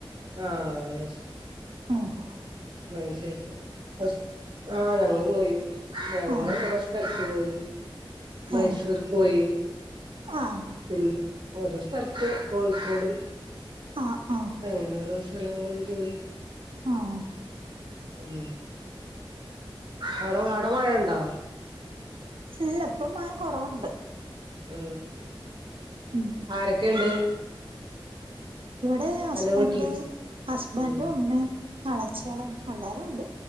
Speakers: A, on the right (about 65°); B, on the right (about 80°).
A: ആഹ് അയ്
B: ആഹ്.
A: അയ്ശരി. ഹോസ്, ആഹ് ഞങ്ങള് പോയിന്ന്. ഞങ്ങൾ
B: ആഹ്
A: കുറെ സ്ഥലത്ത് പോയി മൈസൂർ
B: ഏഹ്
A: പോയി
B: ആഹ്
A: പിന്നെ ഓരോ സ്ഥലത്ത് കോഴിക്കോട്
B: ആഹ് ആഹ്
A: അങ്ങനെ ഓരോ സ്ഥലം കൊണ്ട് പോയി.
B: ആഹ്
A: ഉം അവടെ അവടെ മഴണ്ടോ
B: ഇല്ല ഇപ്പം മയ കൊറവുണ്ട്
A: മ്
B: ഉം
A: ആരെക്കെണ്ട്?
B: ഇവിടെ ഹസ്ബൻഡ്
A: അന്റെ വീട്ടില്
B: ഹസ്ബൻന്റെ
A: ഉം
B: ഉമ്മീം എളചിയോളും എല്ലാരുഉണ്ട്.